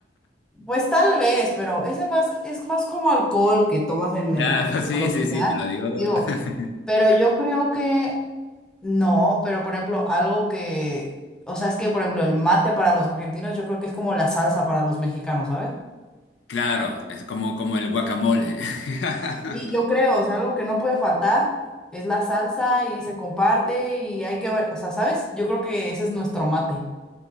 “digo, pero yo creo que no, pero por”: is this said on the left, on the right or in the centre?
Centre